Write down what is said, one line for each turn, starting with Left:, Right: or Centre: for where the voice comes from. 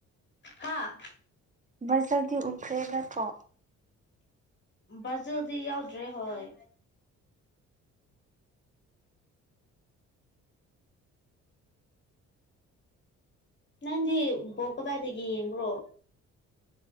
Left: ꯍꯥ꯫
Right: ꯕꯖꯔꯗꯤ ꯎꯟꯈ꯭ꯔꯦ ꯅꯠꯇꯔꯣ꯫
Left: ꯕ꯭ꯔꯖꯤꯜꯗꯤ ꯌꯥꯎꯗ꯭ꯔꯦ ꯍꯣꯏ꯫ ꯅꯪꯗꯤ ꯕꯣꯜ ꯀꯗꯥꯏꯗ ꯌꯦꯡꯕ꯭ꯔꯣ꯫